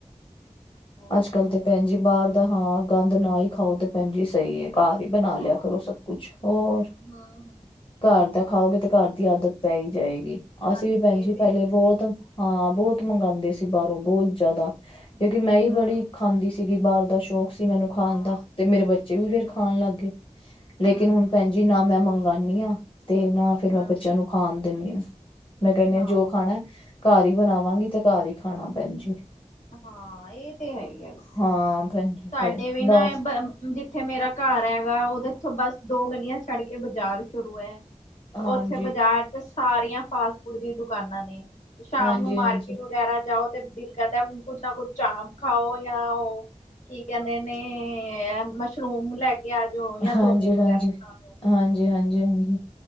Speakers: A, on the left; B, on the left.
A: ਬੋਲਦੇ
B: ਅੱਜ-ਕੱਲ ਤੇ
A: ਹਨ।
B: ਪੈਨ ਜੀ ਬਾਰ ਦਾ ਹਾਂ ਗੰਦ ਨਾ ਈ ਖਾਓ ਤੇ ਪੈਨ ਜੀ ਸਈ ਏ। ਕਾਰ ਈ ਬਣਾ ਲਿਆ
A: ਹਾਂ
B: ਕਰੋ ਸਭ ਕੁਛ, ਹੋਰ।
A: ਹਮ ਹਮ
B: ਕੱਰ ਦਾ ਖਾਓਗੇ ਤੇ ਕੱਰ ਦੀ ਆਦਤ ਪੈ ਈ ਜਾਏਗੀ,
A: ਹਾਂਜੀ
B: ਅਸੀਂ ਵੀ ਪੈਨ ਜੀ
A: ਇਹ ਤੇ
B: ਪੈਲੇ
A: ਹੈ ਹੀ
B: ਬੋਤ
A: ਹੈ।
B: ਹਾਂ, ਬਹੁਤ ਮੰਗਉਂਦੇ ਸੀ ਬਾਹਰੋਂ, ਬਹੁਤ ਜ਼ਿਆਦਾ
A: ਹਮ
B: ਕਿਉਂਕਿ ਮੈਂ ਹੀ ਬੜੀ ਖਾਂਦੀ ਸੀ। ਸੀਗੀ, ਬਾਹਰ ਦਾ ਸ਼ੌਕ ਸੀ ਮੈਨੂੰ ਖਾਣ
A: ਹਾਂ
B: ਦਾ, ਤੇ ਮੇਰੇ ਬੱਚੇ ਵੀ ਫੇਰ ਖਾਣ ਲੱਗ ਗਏ, ਲੇਕਿਨ
A: ਹਮ
B: ਹੁਣ ਭੈਣਜੀ ਜੀ ਨਾ ਮੈਂ ਮੰਗਾਂਨੀ ਆ ਤੇ ਨਾ ਫੇਰ ਮੈਂ
A: ਹਾਂ
B: ਬੱਚਿਆਂ ਨੂੰ ਖਾਣ ਦਿੰਨੀਆ। ਮੈਂ ਕਹਿੰਨੀ
A: ਹਾਂ
B: ਆ ਜੋ ਖਾਣਾ ਘਰ ਹੀ ਬਣਾਵਾਂਗੀ ਤੇ ਘਰ ਹੀ ਖਾਣਾ ਭੈਣਜੀ।
A: ਹਾਂ ਇਹ ਤੇ ਹੈ ਹੀ ਹੈ,
B: ਹਾਂ ਭੈਣ ਜੀ
A: ਸਾਡੇ
B: ਫੇਰ
A: ਵੀ ਨਾ
B: ਬਸ
A: ਇਹ ਬ ਹੁਣ ਜਿੱਥੇ ਮੇਰਾ ਘਰ ਹੈਗਾ, ਉਹ ਤੇ ਇੱਥੋਂ ਬਸ ਦੋ ਗਲੀਆਂ ਛੱਡ ਕੇ ਬਾਜ਼ਾਰ ਹੀ ਸ਼ੁਰੂ ਹੈ।
B: ਹਾਂਜੀ,
A: ਉੱਥੇ ਬਾਜ਼ਾਰ ਚ ਸਾਰੀਆਂ ਫਾਸਟ ਫੂਡ ਦੀ ਦੁਕਾਨਾਂ ਨੇ। ਸ਼ਾਮ
B: ਹਾਂਜੀ,
A: ਨੂੰ ਮਾਰਕੀਟ
B: ਹਾਂਜੀ,
A: ਵਗੈਰਾ ਜਾਓ ਤੇ ਦਿਲ ਕਰਦਾ ਹੁਣ ਕੁੱਛ ਨਾ ਕੁੱਛ ਚ ਖਾਓ, ਜਾਂ ਉਹ ਕੀ ਕਹਿੰਦੇ ਨੇ ਮਸ਼ਰੂਮ ਲੈ ਕੇ ਪਿਆਜ ਜਾਂ ਚੋਮੀਨ
B: ਹਾਂਜੀ,
A: ਵਗੈਰਾ
B: ਹਾਂਜੀ।
A: ਖਾ
B: ਹਾਂਜੀ- ਹਾਂਜੀ -ਹਾਂਜੀ,